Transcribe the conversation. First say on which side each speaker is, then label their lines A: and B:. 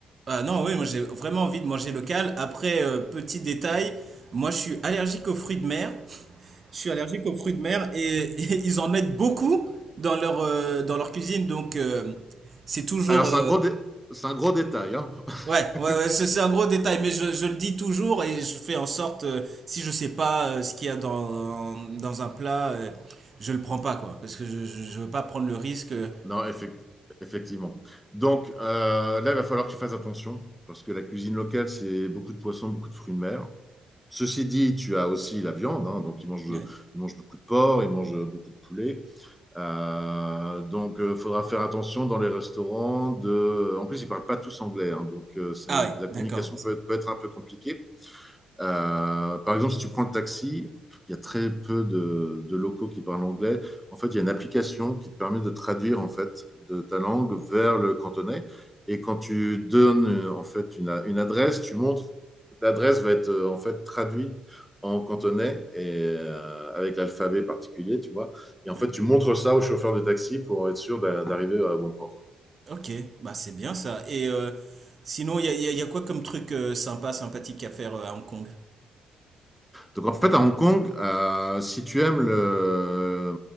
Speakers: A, on the right; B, in the centre.
A: ah non, oui, moi j'ai vraiment envie de manger local. Après, euh, petit détail, moi je suis allergique aux fruits de mer. Je suis allergique aux fruits de mer et, <laughs> et ils en mettent beaucoup dans leur, euh, dans leur cuisine. Donc euh, c'est toujours,
B: Alors, c'est
A: euh,
B: un gros, dé- c'est un gros détail. hein.
A: Ouais,
B: <laughs>
A: ouais, ouais, c'est c'est un gros détail, mais je, je le dis toujours et je fais en sorte, euh, si je sais pas euh, ce qu'il y a dans, dans un plat, euh, je le prends pas, quoi, parce que je, je, je veux pas prendre le risque. euh.
B: non, effectivement. Effectivement. Donc euh, là, il va falloir que tu fasses attention parce que la cuisine locale, c'est beaucoup de poissons, beaucoup de fruits de mer. Ceci dit, tu as aussi la viande, hein, donc ils mangent,
A: Ouais.
B: ils mangent beaucoup de porc, ils mangent beaucoup de poulet. Euh, donc, il faudra faire attention dans les restaurants. De... En plus, ils ne parlent pas tous anglais, hein, donc euh, c'est-
A: Ah ouais,
B: la
A: d'accord.
B: communication peut être, peut être un peu compliquée. Euh, par exemple, si tu prends le taxi, il y a très peu de, de locaux qui parlent anglais. En fait, il y a une application qui te permet de traduire en fait de ta langue vers le cantonais. Et quand tu donnes euh, en fait une, une adresse, tu montres l'adresse va être euh, en fait traduite en cantonais et euh, avec l'alphabet particulier, tu vois. Et en
A: Ouais.
B: fait, tu montres ça au chauffeur de taxi pour être sûr d'a- d'arriver à bon port. quoi.
A: Ok, bah c'est bien ça. Et euh, sinon, il y a, il y a il y a quoi comme truc euh, sympa, sympathique à faire euh, à Hong Kong?
B: Donc en fait, à Hong Kong, euh, si tu aimes le,